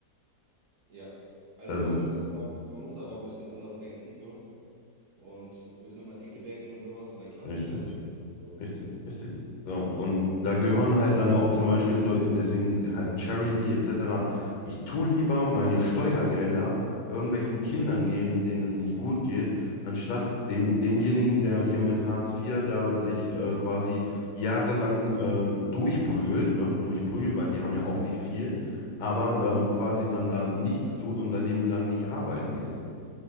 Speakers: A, on the right; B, on the left.
A: Ja, also
B: Das
A: man
B: ist
A: muss, auch, man muss einfach ein bisschen anders denken, so. und ein bisschen um die Ecke denken und sowas und dann klappt
B: richtig.
A: das schon alles. So.
B: Richtig, richtig. So, und da gehören halt dann auch zum Beispiel so, deswegen halt Charity etc. Ich tue lieber meine Steuergelder irgendwelchen Kindern geben, denen es nicht gut geht, anstatt dem, demjenigen, der hier mit Hartz IV da sich äh, quasi jahrelang äh, durchprügelt, ne, durchprügelt, weil die haben ja auch nicht viel, aber ähm, quasi dann da nichts tut und sein Leben lang nicht arbeiten geht